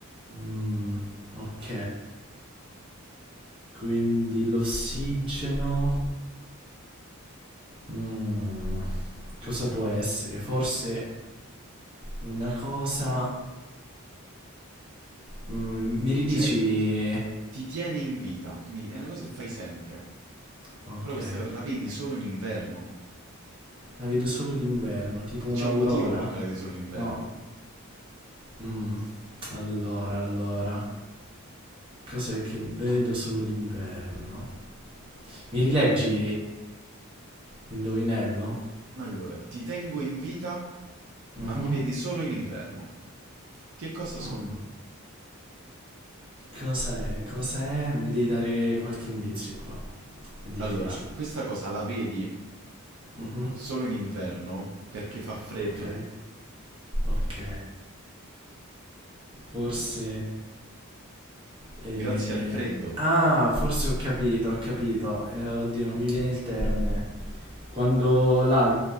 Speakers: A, on the right; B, on the right.
A: Mm, ok. Quindi l'ossigeno. mm, cosa può essere? Forse una cosa. mm, mi ridici.
B: Cioè, ti tiene in vita. Quindi è una cosa che fai sempre.
A: Ok.
B: Però questa la vedi solo in inverno.
A: La vedo solo d'inverno, tipo
B: E
A: un'aurora?
B: c'è un motivo perché la vedi solo in inverno.
A: No. Mm, Allora, allora. Cos'è che vedo solo d'inverno? Mi rileggi l'indovinello?
B: Allora, ti tengo in vita,
A: Mhm.
B: ma mi vedi solo in inverno. Che cosa sono?
A: Mm. Cos'è? Cos'è? Mi devi dare qualche indizio qua. È difficile.
B: Allora, questa cosa la vedi
A: Mhm.
B: solo in inverno perché fa freddo.
A: Ok. Ok. Forse... eh,
B: Grazie al freddo.
A: Ah, forse ho capito, ho capito. Eh, oddio, non mi viene il termine. Quando l'al-